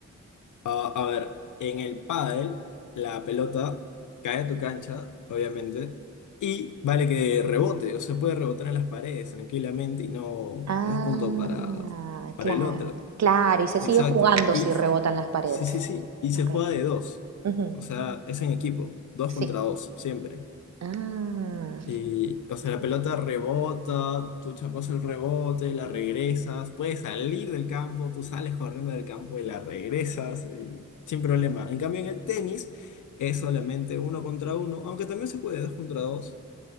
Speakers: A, on the left (about 80°); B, on the right (about 60°).
A: A, a ver, en el pádel, la pelota cae a tu cancha, obviamente, y vale que rebote, o sea, puede rebotar en las paredes tranquilamente y no,
B: Ah,
A: no es punto para, para
B: claro,
A: el otro.
B: claro, y se
A: Exacto.
B: sigue jugando
A: Y
B: si rebotan las paredes.
A: sí, sí, sí. Y se
B: Ok.
A: juega de dos.
B: Ujú,
A: O sea, es en equipo, dos
B: Sí.
A: contra dos, siempre.
B: Ah,
A: Y, o sea, la pelota rebota, tú chapas el rebote, la regresas, puedes salir del campo, tú sales corriendo del campo y la regresas, y sin problema. En cambio, en el tenis es solamente uno contra uno, aunque también se puede dos contra dos,